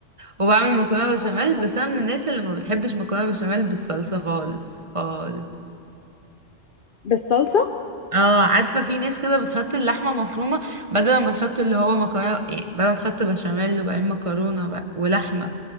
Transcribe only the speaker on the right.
وبعمل مكرونة بشاميل
بس انا من الناس اللي ما بتحبش مكرونة بشاميل بالصلصة خالص خالص
اه عارفة في ناس كده بتحط اللحمة مفرومة بدل ما تحط اللي هو مكرونة يعني بدل ما تحط بشاميل وبعدين مكرونة بقى ولحمة